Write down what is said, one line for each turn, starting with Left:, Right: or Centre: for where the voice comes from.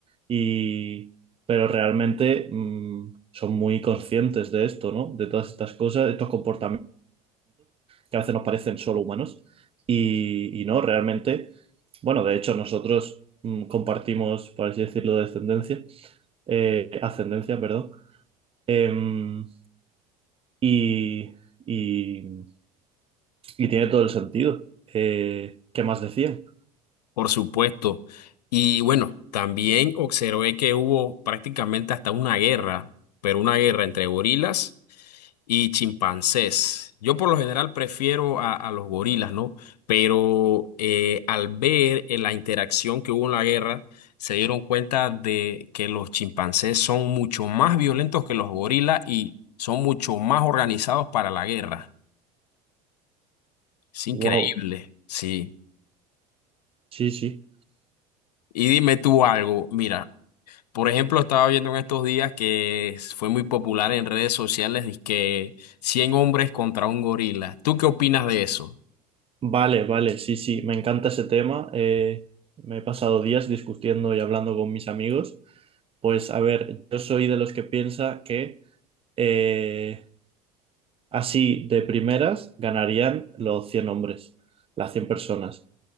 Right: y, pero realmente mm, son muy conscientes de esto, ¿no? De todas estas cosas, de estos comportamientos que a veces nos parecen solo humanos y, y no, realmente, bueno, de hecho nosotros mm, compartimos, por así decirlo, descendencia, eh, ascendencia, perdón, em, y, y- y tiene todo el sentido. Eh, ¿qué más decían?
Left: por supuesto. Y bueno, también observé que hubo prácticamente hasta una guerra, pero una guerra entre gorilas y chimpancés. Yo por lo general prefiero a, a los gorilas, ¿no? Pero eh, al ver en la interacción que hubo en la guerra, se dieron cuenta de que los chimpancés son mucho más violentos que los gorilas y son mucho más organizados para la guerra. Es
Right: Wow,
Left: increíble, sí.
Right: sí, sí.
Left: Y dime tú algo, mira, por ejemplo, estaba viendo en estos días que es- fue muy popular en redes sociales que 100 hombres contra un gorila. ¿Tú qué opinas de eso?
Right: Vale, vale, sí, sí, me encanta ese tema. eh, me he pasado días discutiendo y hablando con mis amigos. Pues a ver, yo soy de los que piensa que eh, Así, de primeras, ganarían los 100 hombres, las 100 personas.